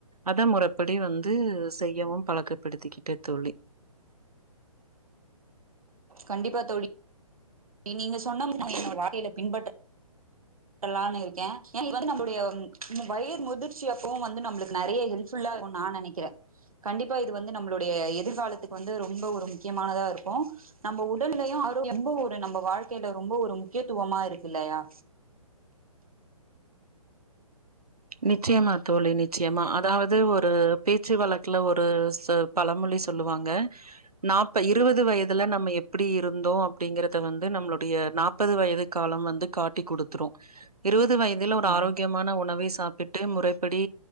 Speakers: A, on the right; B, on the right.
A: அத முறப்படி வந்து செய்யவு பழக்கப்படுத்திக்கிட்டே தோழி
B: கண்டிப்பா தோழி நீ நீங்க சொன்ன முறைய என் வாழ்கையில பின்பற்ற லாம்னு இருக்கே ஏ இது வந்து நம்மடைய வயது முதிர்ச்சி அப்புவு வந்து நம்மளுக்கு நெறைய ஹெல்ஃபுல்லா இருக்கும்னு நா நெனைக்கிறே கண்டிப்பா இது வந்து நம்மளுடைய எதிர்காலத்துக்கு வந்து ரொம்ப ஒரு முக்கியமானதா இருக்கு நம்ம உடலயையு ஆரோக்கியம் ரொம்ப ஒரு நம்ம வாழ்க்கையில ரொம்ப ஒரு முக்கியத்துவமா இருக்கு இல்லையா
A: நிச்சயமா தோழி நிச்சயமா அதாவது ஒரு பேச்சு வழக்குல ஒரு பழமொழி சொல்லுவாங்க நாப் இருபது வயதுல நம்ம எப்பிடி இருந்தோ அப்பிடிங்கறத வந்து நம்மளுடைய நாப்பது வயது காலம் வந்து காட்டி குடுத்துரு இருவ து வயதில ஒரு
B: ம்
A: ஆரோக்கியமான உணவை ச ட்டு முறைப்படி